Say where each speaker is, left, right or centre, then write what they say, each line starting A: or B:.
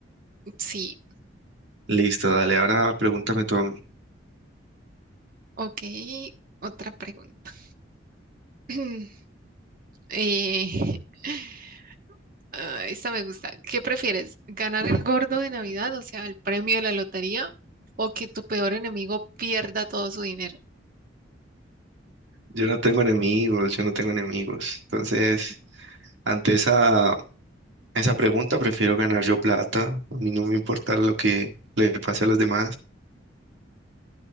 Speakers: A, on the right; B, on the right.
A: Sí,
B: Listo, dale, ahora pregúntame tú a mí.
A: Ok, otra pregunta. <clears throat> Eh, <laughs> ah, esta me gusta. ¿Qué prefieres? ¿Ganar el gordo de Navidad, o sea, el premio de la lotería, o que tu peor enemigo pierda todo su dinero?
B: Yo no tengo enemigos, yo no tengo enemigos. Entonces, ante esa Esa pregunta, prefiero ganar yo plata. A mí no me importa lo que le pase a los demás.